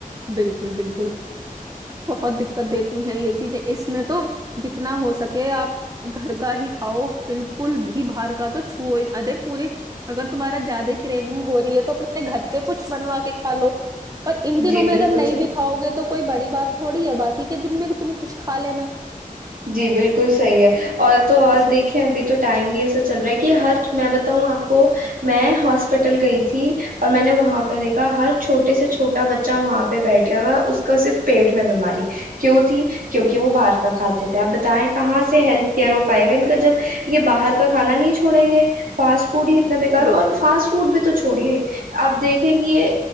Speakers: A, on the right (about 25°); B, on the right (about 75°).
A: بالکل بالکل بہت دقت دیتی ہیں یہ چیزیں اس میں تو جتنا ہو سکے آپ گھر کا ہی کھاؤ بالکل بھی باہر کا تو چھوو اے پوری اگر تمہارا زیادہ کریونگ ہو رہی ہے تو اپنے گھر پہ کچھ بنوا کے کھا لو اور ان دنوں
B: جی
A: میں
B: بالکل
A: گر نہیں
B: صحیح
A: بھی کاؤ گے تو کوئی بڑی بات تھوڑی ہے باقی کے دن میں تم کچھ کھا لینا
B: جی بالکل صحیح ہے اور تو اور
A: اس
B: دیکھیں ابھی تو ٹائم بھی ایسا چل رہا ہے کہ ہر میں بتاؤں آپ کو میں ہاسپٹل گئی تھی اور میں نے وہاں پہ دیکھا ہر چھوٹے سے چھوٹا بچہ وہاں پہ بیٹھ گیا ہوا اس کا صرف پیٹ میں بیماری کیوں تھی کیوں کہ وہ باہر کا کھاتا آپ بتائیں کہاں سے ہیلتھ
A: میں
B: کیئر ہو پائے گا ان کا جب یہ باہر کا کھانا نہیں چھوڑیں گے پاچ فوڈ ہی اتنا بیکار
A: بالکل بالکل
B: اور فاسٹ فوڈ بھی تو چھوڑی آپ دیکھیں کہ یہ